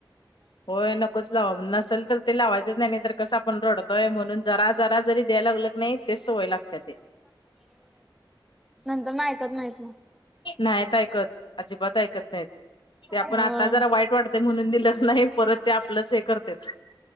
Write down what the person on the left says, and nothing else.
होय नकोच लावा नसेल तर ते लावायचंच नाही तर कसं आपण रडत. य म्हणून जरा जरा जरी द्याय लाग नाही तेच सवय लागतात ते.
नाहीत ऐकत अजिबात ऐकत नाहीत. ते आपण
आता जरा वाईट वाटतं म्हणून दिलं नाही परत ते आपलंच हे करते.